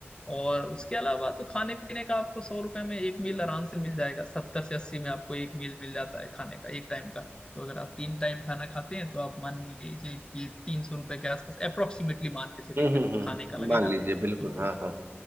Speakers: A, on the left (about 20°); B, on the right (about 60°).
A: और उसके अलावा तो खाने पीने का आपको सौ रुपए में एक मील आराम से मिल जाएगा सत्तर से अस्सी में आपको एक मील मिल जाता है खाने का एक टाइम का तो अगर आप तीन टाइम खाना खाते हैं तो आप मान लीजिए कि तीन सौ रुपए के आसपास अप्रोक्सीमेटली मान के चलिए
B: हम्म
A: कि
B: हम्म,
A: रोज
B: हम्म,
A: खाने का लगेगा
B: मान लीजिए
A: तो
B: बिल्कुल हाँ हाँ